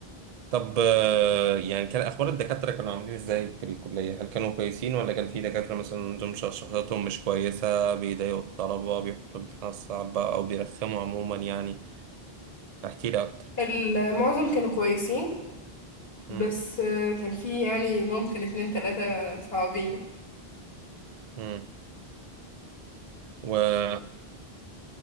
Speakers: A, on the right; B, on the left.
A: طب آه، يعني كان اخبار الدكاتره كانوا عاملين ازاي في الكليه هل كانوا كويسين ولا كان في دكاتره مثلا دول شخ- شخصيتهم مش كويسه بيضايقوا الطلبه بيحطوا امتحانات صعبه او بيرخموا عموما يعني احكي لي اكتر
B: المعظم كانوا كويسين بس
A: امم
B: آه، كان في يعني ممكن اتنين تلاتة صعبين
A: امم و